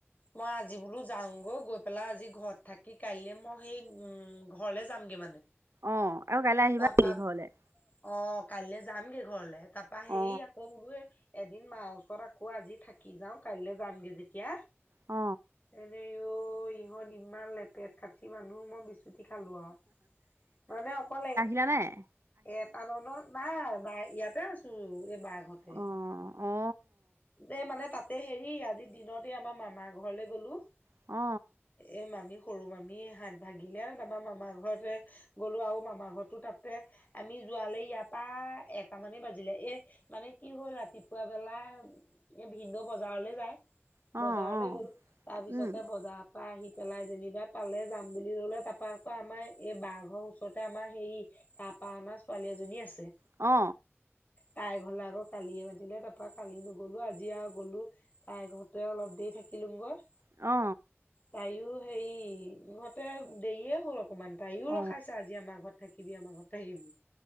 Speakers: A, on the left; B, on the right.
A: মই আজি বোলো যাওঁগৈ গৈ পেলাই আজি ঘৰত থাকি কাইলে মই সেই উ ঘৰলে যামগে মানে।
B: অ আৰু কাইলৈ আহিবা
A: তাৰপা
B: নেকি ঘৰলে?
A: অ কাইলৈ যামগে ঘৰলে তাৰপা হেৰি
B: অ
A: আকৌ বোলো, এদিন মাৰ ওচৰত আকৌ আজি থাকি যাওঁ কাইলৈ যামগে যেতিয়া,
B: অ
A: এনে আই ঐ ইমান লেপেট কাঠি মানুহ মই বিছ, ছুটি খালো আউ, মানে অকলে
B: জানে,
A: এটা দলত নাই বাই ইয়াতে আছো। বা ঘৰতে,
B: অ অ
A: দে মানে তাত এ হেৰি আজিৰ দিনতে আমাৰ মামাৰ ঘৰলৈ গ'লো।
B: অ
A: এ মামী সৰু মামী হাত ভাগিলে আমাৰ মামাৰ ঘৰতে গ'লো আৰু মামা ঘৰত, ত 'তাতে আমি যোৱালে ইয়াৰ পৰা এটা মানেই বাজিলে এ, মানে কি হ'ল ৰাতিপুৱা বেলা এ ভিনদেউ বজাৰলৈ যায়।
B: অ
A: বজাৰলৈ
B: অ
A: গ'ল, তাৰ পিছতে
B: উম
A: বজাৰ তপা আহি পেলাই যেনিবা তালে যাম বুলি ল'লে তাৰপৰা আকৌ আমাৰ এই বাঁ ঘৰৰ ওচৰতে আমাৰ হেৰি তাপা আমা ছোৱালী এজনী আছে।
B: অ
A: তাই ঘৰলৈ আকৌ কালিয়ে মাতিলে তাপৰা কালি নগ'লো আজি আৰু গ'লো। তাই ঘৰতে অলপ দেৰি থাকিলোঙগৈ
B: অ
A: তাইও হেৰি ইহঁতে দেৰিয়ে হল অকমান তাইও
B: অ
A: ৰখাইছে আজি আমাৰ ঘৰত থাকি <unintelligible> আমাৰ ঘৰতে থাকিবি